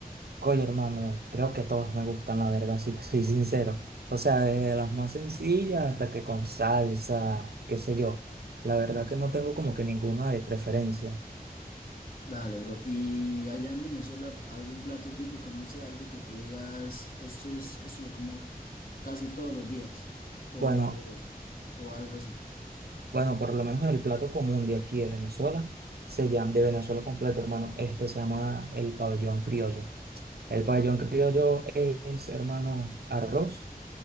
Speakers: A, on the right; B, on the left.
A: Oye, hermano, creo que todas me gustan, la verdad, si te soy sincero. O sea, desde las más sencillas hasta que con salsa, qué sé yo. La verdad que no tengo como que ninguna de preferencia.
B: Dale, bro. Y allá en Venezuela, algún plato típico, no sé, algo que tú digas, eso es, eso lo como casi todos los días, o,
A: Bueno,
B: o algo así.
A: Bueno, por lo menos el plato común de aquí de Venezuela, se llama, de Venezuela completo, hermano, este se llama el pabellón criollo. El pabellón criollo es, hermano, arroz,